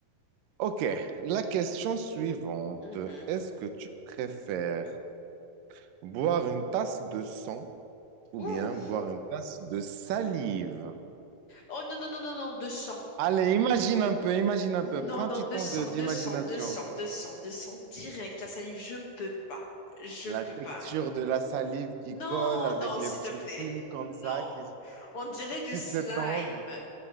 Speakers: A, on the right; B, on the left.
A: OK, la question suivante.
B: Mhm.
A: Est-ce que tu préfères boire une tasse de sang ou bien
B: Ouh.
A: boire une tasse de salive?
B: Oh non, non, non, non, non, deux cents
A: Allez, imagine un peu, imagine un
B: Non,
A: peu. Prends un
B: non,
A: petit
B: deux
A: temps de- d'imagination.
B: deux deux cents cents cents deux cents deux cents direct. La salive, je ne peux pas. Je
A: La
B: ne peux
A: texture
B: pas.
A: de la salive qui
B: Non,
A: colle avec
B: non,
A: les
B: s'il
A: petits
B: te plaît.
A: fils
B: <laughs>
A: comme
B: Non.
A: ça qui,
B: On dirait du
A: qui
B: slime.
A: s'étendent.